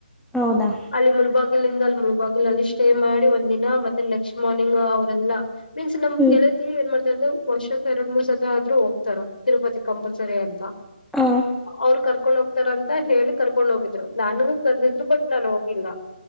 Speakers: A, in the centre; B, on the left.
A: ಹೌದಾ
B: ಅಲ್ಲಿ ಮುಲ್ಬಾಗ. ಇಲ್ಲಿಂದ ಅಲ್ ಮೂಲ್ಬಾಗಲಲ್ಲಿ ಸ್ಟೇ ಮಾಡಿ ಒಂದಿನ ಮತ್ತೆ ನೆಕ್ಸ್ಟ್ ಮಾರ್ನಿಂಗು ಅವ್ರೆಲ್ಲಾ. ಮೀನ್ಸ್ ನಮ್
A: ಹ್ಮ್
B: ಗೆಳತಿ ಏನ್ ಮಾಡ್ತಾರೆ ಅಂದ್ರೆ ವರ್ಷಕ್ ಎರಡ್ ಮೂರ್ ಸತಿ ಆದ್ರು ಹೋಗ್ತಾರ ತಿರುಪತಿ. ಕಂಪಲ್ಸರಿ ಅಂತ
A: ಹ
B: ಅವರ್ ಕರ್ಕೊಂಡ್ ಹೋಗ್ತಾರ್ ಅಂತ ಹೇಳಿ. ಕರ್ಕೊಂಡ್ ಹೋಗಿದ್ರು ನಾನುನು ಕರ್ದಿದ್ರು ಬಟ್ ನಾನ್ ಹೋಗಿಲ್ಲ.